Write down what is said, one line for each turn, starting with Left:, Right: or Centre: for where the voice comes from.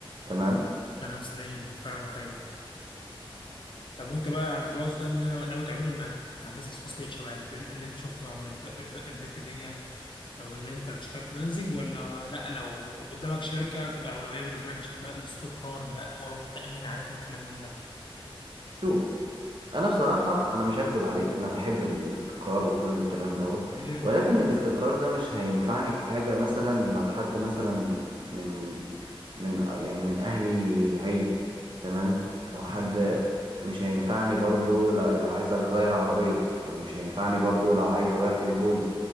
Right: تمام
Left: كلام سليم فاهمك ايوه طب وانت بقى يعني خلاص ده اللي ناوي تعمله انك تفتح بيزنس خاص ليك شبه الب- اللي انت شفته عند الب- الب- البنت دي يعني، او ان انت تشتغل فريلانسنج ولا لا لو قدامك شركه تبقى اولويه بالنسبه لك عشان بقى الاستقرار بقى والتامين عليك والكلام من ده
Right: شوف انا بصراحة انا مش هكدب عليك انا بحب الاستقرار وكل الكلام دوت
Left: كلنا
Right: ولكن الاستقرار ده مش هينفعني في حاجة مثلا لو حد مثلا من من يعني من اهلي عي تمام او حد
Left: ايوه فاهم
Right: مش هينفعني برضو لو, لو عايز اغير عربية او مش هينفعني برضو لو عايز اغير تليفوني